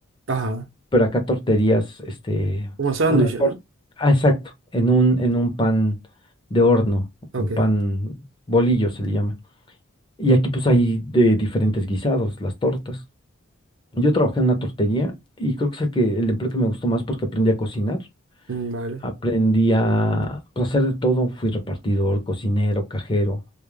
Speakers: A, on the right (about 65°); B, on the left (about 20°).
A: Ajá,
B: pero acá torterías, este,
A: como sándwich,
B: una torta,
A: ¿no?
B: ah, exacto, en un, en un pan de horno,
A: Ok,
B: un pan bolillo se le llama. Y aquí pues hay de diferentes guisados, las tortas. Yo trabajé en una tortería y creo que es el que, el empleo que me gustó más porque aprendí a cocinar,
A: mm, vale.
B: aprendí a pues, hacer de todo, fui repartidor, cocinero, cajero,